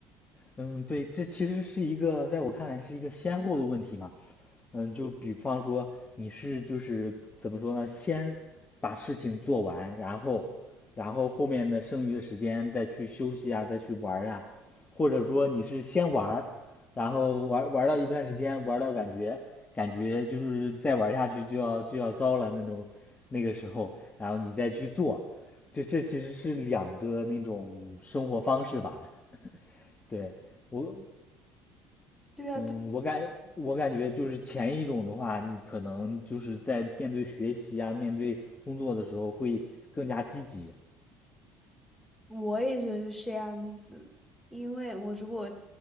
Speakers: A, on the left; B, in the centre.
A: 嗯，对，这其实是一个在我看来是一个先后的问题嘛。嗯，就比方说你是就是怎么说呢？先把事情做完，然后，然后后面的剩余的时间再去休息啊，再去玩儿啊，或者说你是先玩儿，然后玩玩到一段时间，玩到感觉感觉就是再玩下去就要就要糟了那种那个时候，然后你再去做，这这其实是两个那种生活方式吧？<laughs> 对，我
B: 对啊，
A: 嗯，我感我感觉就是前一种的话，你可能就是在面对学习啊，面对工作的时候会更加积极。
B: 我也觉得是这样子，因为我如果